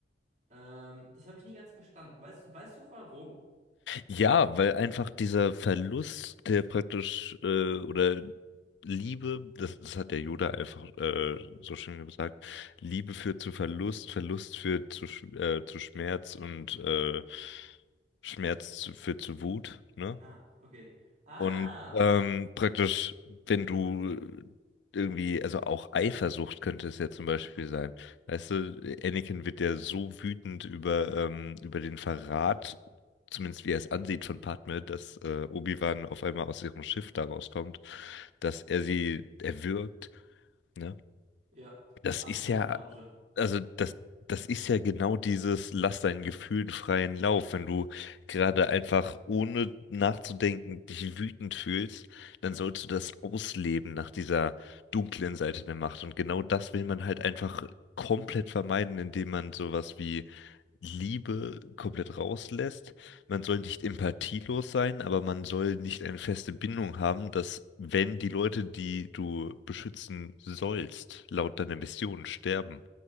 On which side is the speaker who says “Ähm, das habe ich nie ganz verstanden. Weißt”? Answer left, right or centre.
Right